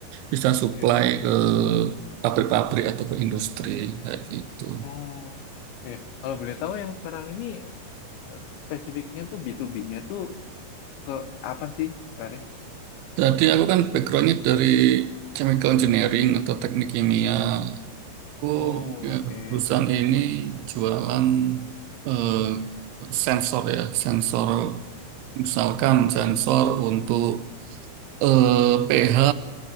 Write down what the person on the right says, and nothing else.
bisa supply
ke pabrik-pabrik atau ke industri kayak gitu.
Jadi aku kan backgroundnya dari chemical engineering atau teknik kimia. Aku
ya,
perusahaan ini jualan eh, sensor ya, sensor misalkan sensor untuk eh, PH,